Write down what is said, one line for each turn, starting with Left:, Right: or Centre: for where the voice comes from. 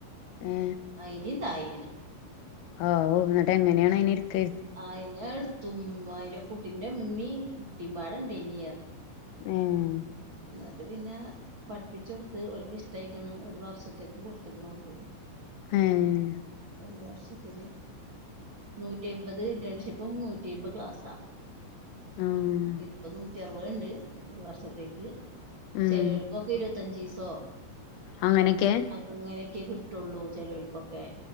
Left: ഏ
Right: അയിന്റിം തായെണ്
Left: ഹാവൂ ന്നട്ട് എങ്ങനെയാണ് അയിനെ ഇരിക്കെ
Right: അയിനെ ടുത്തും ഉം അയിന്റെ കുട്ടിന്റെ ഇമമിം കുട്ടീ പാടണ്ടേനീ
Left: ഏ ഹ്
Right: ന്നട്ട് പിന്നെ പട്പ്പിച്ചോടുത്ത് ഓൽക്ക് ഇഷ്ടായിക്കണ് ഒരു വർഷത്തേക്ക് കൊടുത്ത്ക്ക്ണു ഓൾക്ക്
Left: ഏ ഹ്
Right: ഒരു വർഷത്തില് നൂറ്റയിമ്പത് ഡേൺഷിപ്പും നൂറ്റയിമ്പ് ക്ലാസ്സാ
Left: ആഹ്
Right: ഇപ്പോ നൂറ്റി അറുപണ്ട് ഒരു വർഷത്തേക്ക്
Left: ഉം
Right: ചെലോൽ ക്കൊ ഇരൊത്തഞ്ചീസോ
Left: അങ്ങനൊക്കെ
Right: അങ്ങനൊക്കെ കിട്ടുള്ളൂ ചെലോൽകൊക്കെ